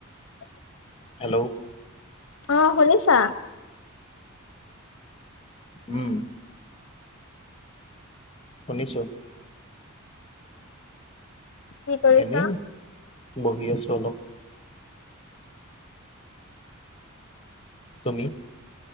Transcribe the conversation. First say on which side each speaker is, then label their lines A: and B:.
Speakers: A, on the left (about 65°); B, on the left (about 25°).
A: <inaudible>
B: Hello.
A: অ', শুনিছা।
B: উম। শুনিছো।
A: কি কৰিছা
B: এনেই বহি আছো অলপ। তুমি।